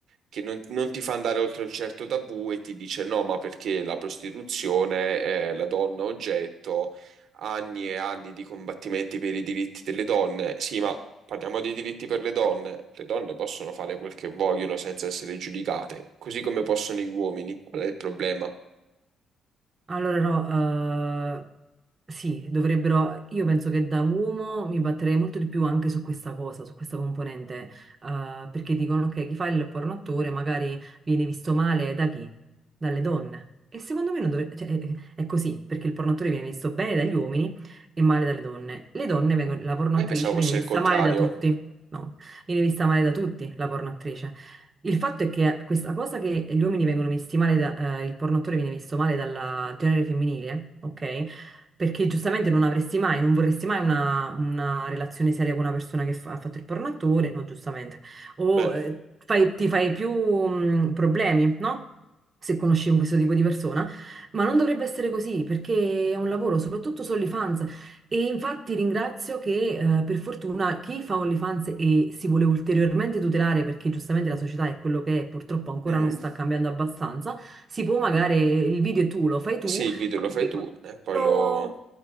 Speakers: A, on the right; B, on the right.
A: che non, non ti fa andare oltre un certo tabù e ti dice no, ma perché la prostituzione è la donna oggetto anni e anni di combattimenti per i diritti delle donne. Sì, ma parliamo dei diritti per le donne. Le donne possono fare quel che vogliono senza essere giudicate, così come possono gli uomini. Qual è il problema?
B: Allora no, eh, sì, dovrebbero, io penso che da uomo mi batterei molto di più anche su questa cosa, su questa componente, eh, perché dicono che chi fa il pornoattore magari viene visto male da chi? Dalle donne. E secondo me non dovrebbe, cioè, è, è così, perché il pornoattore viene visto bene dagli uomini e male dalle donne. Le donne vengono, la pornoattrice
A: Eh, pensavo fosse
B: viene vista
A: il contrario.
B: male da tutti, no, viene vista male da tutti la pornoattrice. Il fatto è che questa cosa che gli uomini vengono visti male, da- eh, il porno attore viene visto male dal genere femminile, ok? Perché giustamente non avresti mai, non vorresti mai una, una relazione seria con una persona che fa- ha fatto il porno attore, no, giustamente. O
A: Beh.
B: eh, fai- ti fai più mh, problemi, no? Se conosci un questo tipo di persona, ma non dovrebbe essere così perché è un lavoro, soprattutto su OnlyFans. E infatti ringrazio che eh, per fortuna chi fa OnlyFans e si vuole ulteriormente tutelare perché giustamente la società è quello che è, purtroppo ancora
A: mm.
B: non sta cambiando abbastanza, si può magari il video è tu, lo fai tu,
A: Sì, il video lo fai
B: anche
A: tu e poi
B: lo...
A: lo,